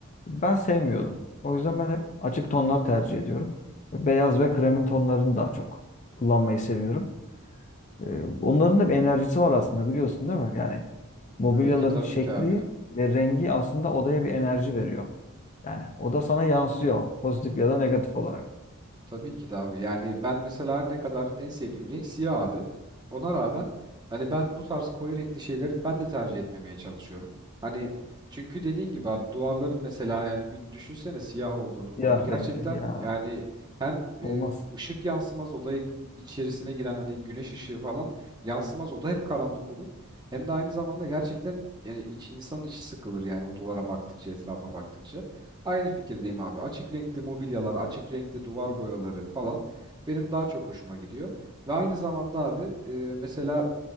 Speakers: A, on the left; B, on the right.
A: ben sevmiyorum. O yüzden ben hep açık tonlar tercih ediyorum. Beyaz ve kremin tonlarını daha çok kullanmayı seviyorum. E, onların da bir enerjisi var aslında biliyorsun değil mi? Yani mobilyaların
B: Tabii ki tabii
A: şekli
B: ki abi.
A: ve rengi aslında odaya bir enerji veriyor. Yani oda sana yansıyor pozitif ya da negatif olarak.
B: Tabii ki de abi. Yani ben mesela her ne kadar en sevdiğim renk siyah abi. Ona rağmen hani ben bu tarz koyu renkli şeyleri ben de tercih etmemeye çalışıyorum. Hani çünkü dediğin gibi abi duvarların mesela yani bir düşünsene siyah olduğunu falan.
A: Siyah
B: Gerçekten
A: renkli ya
B: yani hem
A: olmaz.
B: e, ışık yansımaz odayı içerisine giren hani güneş ışığı falan yansımaz oda hep karanlık olur. Hem de aynı zamanda gerçekten yani iç, insanın içi sıkılır yani o duvara baktıkça etrafa baktıkça. Aynı fikirdeyim abi. Açık renkli mobilyalar, açık renkli duvar boyaları falan benim daha çok hoşuma gidiyor. Ve aynı zamanda abi e, mesela